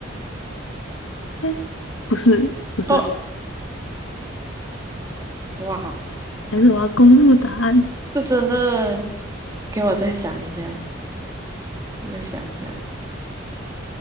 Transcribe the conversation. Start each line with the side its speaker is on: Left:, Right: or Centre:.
Left: 诶，不是，不是，
Right: 哦，哇。
Left: 还是我要公布答案。
Right: 这真的给我再想一下，我再想一下，